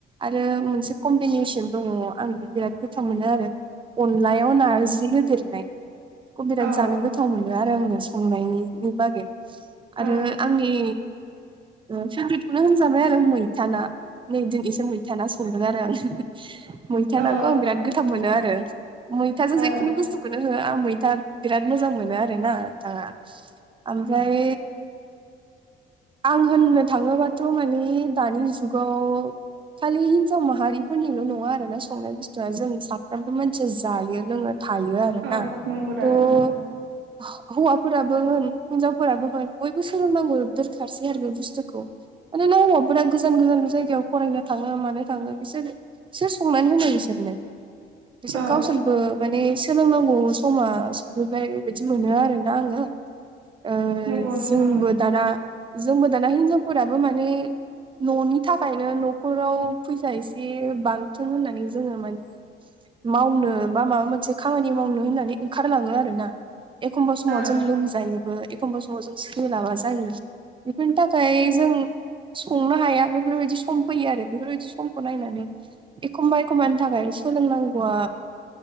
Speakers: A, on the right; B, on the right.
A: आरो मोनसे कम्बिनेसन दङ आंबो बिराद गोथ थाव मोनो आरो अनलायाव नारजि होदेरनाय बेखौ बिराद
B: अ
A: जानो गो थाव मोनो आरो आङो संनायनि बागै आरो
B: ओं
A: आंनि ओम फेब्रेदखौनो होनजाबाय आरो मैथा ना नै दिन एसे मैथा ना संदों आरो आङो मैथा
B: औ
A: नाखौ आं बिराद गोथाव मोनो आरो मैथाजों
B: ओं
A: जेखुनु बुस्थुखौ खौनो हो आं मैथा बिराद मोजां मोनो आरो ना नोंथाङा ओमफ्राय आं होननो थाङोबाथ' मानि दानि जुगाव खालि हिनजाव माहारि फोरनिल' नङा आरो ना स संनाय बुस्थुआ जों साफ्रोमबो मानसिया जायो लोङो थायो आ रोना
B: औ नंगौ दा
A: थ' हो
B: ओं
A: हौवाफोराबो होन हिनजावफोराबो होन बयबो सोलोंनांगौ दोरखारसै आरो बे बुस्थुखौ मानो ना हौवाफोरा गोजान गोजान जायगायाव फरायनो थाङो मानो थाङो बिसोर सोर संनानै होनो बिसोरनो बिसोर
B: औ
A: गावसोरबो माने सोलोंनांगौ समा ओ सफैबाय बेबायदि मोनो आरोना आङो ओ
B: नंगौ नोंथां
A: जोंबो दाना जोंबो दाना हिनजावफोराबो माने न'नि थाखायनो न'खराव फैसा एसे बांथों होननानै जोङो मानि मावनो बा माबा मोनसे खामानि मावनो होननानै ओंखारलाङो आरोना एखमबा समाव
B: ओं
A: जों लोमजायोबो एखमबा समाव जों सोलाबा जायो बेफोरनि थाखाय जों संनो हाया बेफोरबायदि सम फैयो आरो बेफोरबायदि समखौ नायनानै एखमबा-एखमबानि थाखाय सोलोंनांगौआ